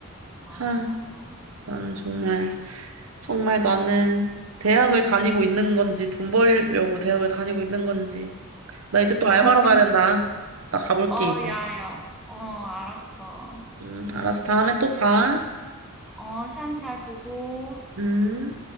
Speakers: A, in the centre; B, on the right (about 80°).
A: 맞아,
B: 아,
A: 맞아.
B: 난 정말, 정말 나는 대학을 다니고 있는 건지, 돈 벌려고 대학을 다니고 있는 건지, 나 이제 또
A: <laughs>
B: 알바로
A: 아, 그니,
B: 가야 된다. 나 가볼게,
A: 어,
B: 이제.
A: 야, 야. 어, 알았어.
B: 음, 알았어. 다음에 또 봐.
A: 어, 시험 잘 보고.
B: 음.